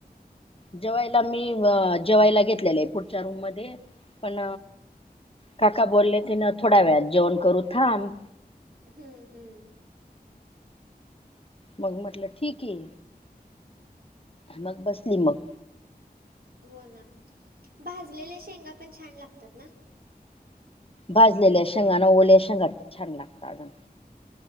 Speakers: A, on the left; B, on the right.
A: जेवायला मी, जेवायला घेतलेलेय. पुढच्या रूम मध्ये. पण काका बोललेती न, थोड्या वेळात जेवण करू, थांब.
B: हम्म, हम्म.
A: मग म्हटलं, ठीकय. मग बसली मग.
B: हो, ना. भाजलेल्या शेंगा पण, छान लागतात ना.
A: भाजलेल्या शेंगा न, ओल्या शेंगापेक्षा छान लागतात.